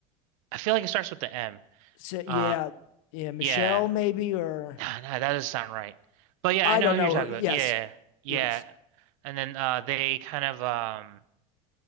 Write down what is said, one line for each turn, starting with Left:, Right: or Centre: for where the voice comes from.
Right: I feel like it starts with the M.
Left: So yeah,
Right: Uh,
Left: yeah, Michelle
Right: yeah.
Left: maybe or
Right: No, no, that doesn't sound right. But yeah,
Left: I
Right: I know
Left: don't know.
Right: who you're talking
Left: Yes,
Right: about. Yeah, yeah.
Left: yes,
Right: And then uh they kind of um